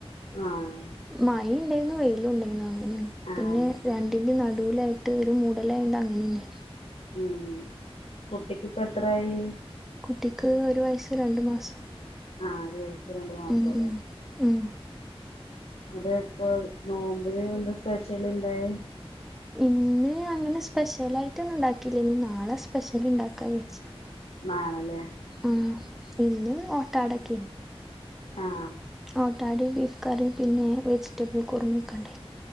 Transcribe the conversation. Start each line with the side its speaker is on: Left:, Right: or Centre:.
Left: ആഹ്
Centre: മഴ ഉണ്ടെന്നു വെയിലും ഉണ്ടെന്നു അങ്ങനെണ്
Left: ആഹ്
Centre: പിന്നെ രണ്ടിന്റെ നടുലായിട്ട് ഒരു മൂടലായിണ്ട അങ്ങനിണ്ടായിനി
Left: ഉം കുട്ടിക്ക്പ്പ എത്രായി
Centre: കുട്ടിക്ക് ഒരു വയസ്സ് രണ്ടു മാസം
Left: ആഹ ഒരുഴച്ച രണ്ടു മാസ
Centre: ഉം
Left: അല്ലേ
Centre: ഉം ഉം
Left: അതെ ഇപ്പോ നോമ്പില് എന്താ സ്പെഷ്യല് ഇണ്ടായി
Centre: ഇന്ന് അങ്ങനെ സ്പെഷ്യലായിട്ട ഒന്നും ഉണ്ടാക്കില്ല ഇനി നാളെ സ്പെഷ്യൽ ഇണ്ടാക്കാ വച്ച്
Left: നളെലെ
Centre: ആഹ് ഇന്ന് ഓട്ടാടൊക്കെ
Left: ആഹ്
Centre: ഓട്ടാടെ ബീഫ് കറി പിന്നെ വെജിറ്റബിൾ കുറുമൊക്കെ ഉണ്ടേ